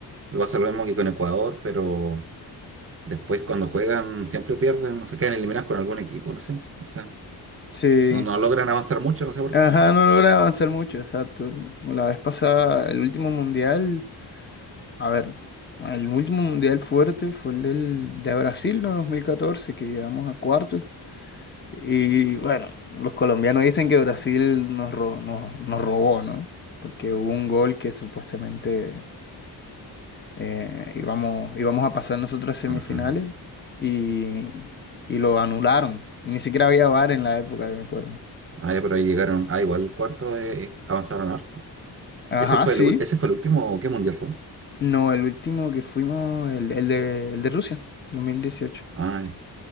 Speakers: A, on the right; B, on the left.
A: Me pasa lo mismo que con Ecuador, pero después cuando juegan siempre pierden, no se quedan eliminados con algún equipo, no sé. O sea,
B: Sí.
A: no, no logran avanzar mucho, no sé por
B: Ajá,
A: qué.
B: no logra avanzar mucho, exacto. La vez pasada, el último mundial, a ver, el último mundial fuerte fue el del, de Brasil, ¿no? 2014, que llegamos a cuartos. Y bueno, los colombianos dicen que Brasil nos, ro- nos, nos robó, ¿no? Porque hubo un gol que supuestamente eh, íbamos, íbamos a pasar nosotros a semifinales
A: Ajá.
B: y, y lo anularon. Y ni siquiera había VAR en la época, me acuerdo.
A: Ah, ya, pero ahí llegaron, ah, igual el cuarto eh, avanzaron harto.
B: Ajá,
A: ¿Ese fue
B: sí.
A: el, ul- ese fue el último, qué mundial fue?
B: No, el último que fuimos, el, el de, el de Rusia, 2018.
A: Ah, ya.